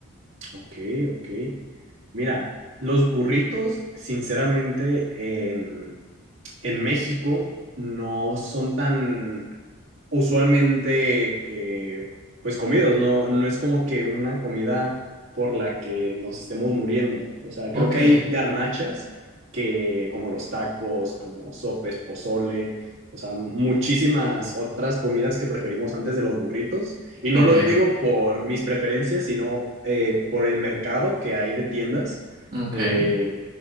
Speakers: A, on the right; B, on the right.
A: ok, ok. Mira, los burritos, sinceramente, en, en México no son tan usualmente eh, pues comidos, no, no es como que una comida por la que nos estemos muriendo. O sea,
B: Ok,
A: creo que hay garnachas que como los tacos, como sopes, pozole, o sea, muchísimas otras comidas que preferimos antes de los burritos. Y no
B: ok,
A: lo digo por mis preferencias, sino eh, por el mercado que hay de tiendas.
B: ok.
A: Eh,